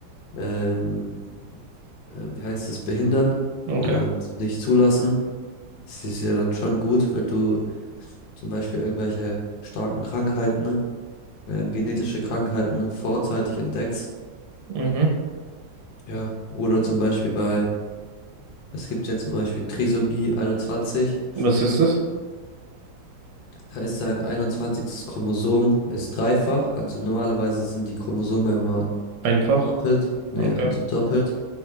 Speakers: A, on the left; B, on the right.
A: ähm, äh, wie heißt es, behindern
B: Okay.
A: und nicht zulassen. Das ist ja dann schon gut, wenn du zum Beispiel irgendwelche starken Krankheiten, äh, genetische Krankheiten vorzeitig entdeckst.
B: Mhm.
A: Ja, oder zum Beispiel bei, es gibt ja zum Beispiel Trisomie einundzwanzig.
B: Was ist das?
A: Da ist sein einundzwanzigstes Chromosom, ist dreifach. Also normalerweise sind die Chromosome immer
B: Einfach.
A: doppelt. Nee,
B: Okay.
A: also doppelt.